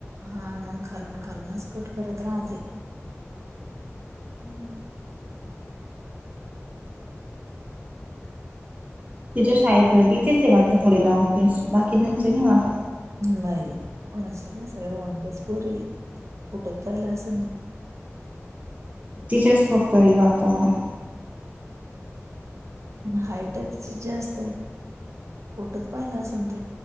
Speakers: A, on the right; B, on the right.
A: हा मग खालून खालूनच कट करत राहते.
B: हम्म <inaudible> तिच्या शाळेत तिचेच वाटतात थोडे लाॅग केस बाकी तेचे नाही वाटतं.
A: नाही कोणाचच नाही सगळ वन डेस पोरी फुठत पाहिलं असलं,
B: तिच्याच फक्त ह वाटतं मला <unintelligible>
A: हाईट त्या जास्त हे फोटच पाहिला असेल तु.